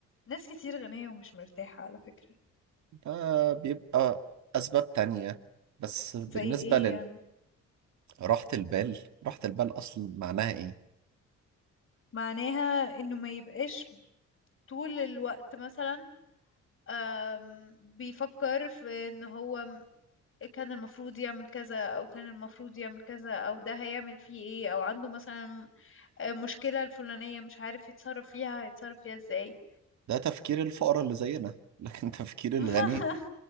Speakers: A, on the left; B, on the right.
A: ناس كتير غنية ومش مرتاحة على فكرة
B: ده بيبقى اسباب تانية بس بالنسبة
A: زي ايه يعني
B: لراحة البال راحة البال اصلا معناها ايه
A: معناها انه ما يبقاش طول الوقت مثلا أم، بيفكر في ان هو كان المفروض يعمل كذا او كان المفروض يعمل كذا او ده هيعمل فيه ايه او عنده مثلا مشكلة الفلانية مش عارف يتصرف فيها هيتصرف فيها ازاي
B: ده تفكير الفقراء اللي زينا لكن <laughs> تفكير
A: <laughs>
B: الغني